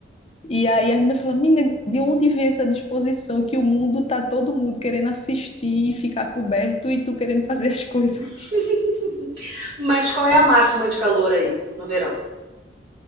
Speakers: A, on the left (about 35°); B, on the right (about 55°).
A: E aí a menina fala, menina, de onde vem essa disposição que o mundo tá todo mundo querendo assistir e ficar coberto e tu querendo fazer as coisas?
B: <laughs>
A: <laughs>
B: Mas qual é a máxima de calor aí no verão?